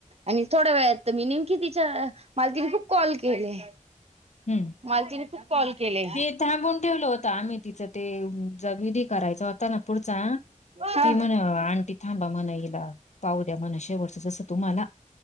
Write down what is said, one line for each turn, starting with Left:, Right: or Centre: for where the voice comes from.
Right: आणि थोड्या वेळ य मी नेमकी, तिच्या मालकीने खूप कॉल केले.
Left: हम्म.
Right: मला तिने खूप कॉल केले.
Left: ते थांबून ठेवल होत आम्ही तिचं ते, विधी करायचा होता ना पुढचा.
Right: हा
Left: ती मण आणंटी थांबा म्हणा हला पाहू द्या, म्हणा शेवटच जसं तू मला.